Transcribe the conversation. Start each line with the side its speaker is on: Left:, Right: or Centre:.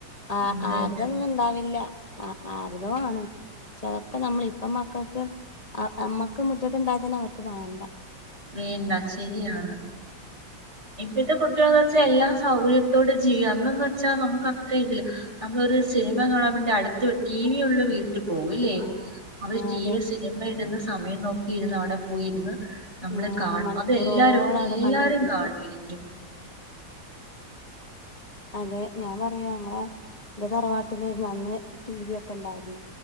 Left: ആ
Right: അത്
Left: ആരുതൊന്നും
Right: തന്നെ
Left: ഇണ്ടാവില്ല ആ അർതാണ് ചതൊക്കെ നമ്മൾ ഇപ്പ മക്കൾക്ക് നമ്മക്ക് മുറ്റത്ത് ഉണ്ടായത്തന്നെ അവർക്ക് വേണ്ട
Right: വേണ്ട ശരിയാണ് ഇപ്പോത്തെ കുട്ടിയാൾക്ക് എല്ലാ സൗകര്യത്തോടെ ജീവിക്ക അന്ന് വെച്ചാൽ നമുക്ക് അത്രയും ഇല്ല നമ്മളൊരു സിനിമ കാണാൻ വേണ്ടി അടുത്ത് ടീവി ഉള്ള വീട്ടിൽ പോകല്ലേ അവര് ടി
Left: അതെ
Right: വി സിനിമ ഇടുന്ന സമയം നോക്കിയിരുന്നു അവിടെ പോയിരുന്നു നമ്മള്
Left: ആ
Right: കാണും
Left: മണിക്കൂറോളം
Right: അതല്ലാരും
Left: അവിടെ
Right: എല്ലാരും
Left: കണ്ട് കുത്തിരിക്കും
Right: കാണുമായിരിക്കും
Left: അതെ ഞാൻ പറയാ ഞങ്ങളെ തറവാട്ടന്റെ അന്ന് ടി വി ഒക്കെ ഇണ്ടായിരുന്നു